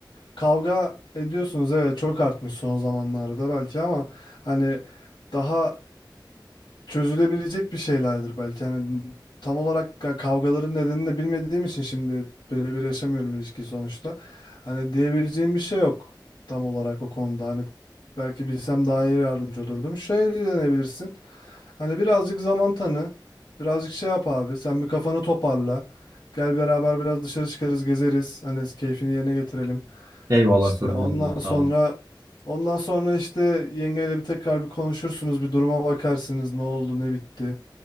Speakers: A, on the left (about 70°); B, on the right (about 50°).
A: Kavga ediyorsunuz evet çok artmış son zamanlarda belki ama hani daha çözülebilecek bir şeylerdir belki. Yani tam olarak ka- kavgaların nedenini de bilmediğim için şimdi birebir yaşamıyorum ilişkiyi sonuçta. Hani diyebileceğim bir şey yok tam olarak o konuda. Hani belki bilsem daha iyi yardımcı olurdum. Şey deneyebilirsin. Hani birazcık zaman tanı. Birazcık şey yap abi. Sen bir kafanı toparla. Gel beraber biraz dışarı çıkarız, gezeriz. Hani keyfini yerine getirelim.
B: Eyvallah
A: İşte
B: sadıcım
A: ondan
B: benim
A: sonra
B: sağ ol.
A: ondan sonra işte yengeyle bir tekrar bir konuşursunuz, bir duruma bakarsınız, ne oldu, ne bitti.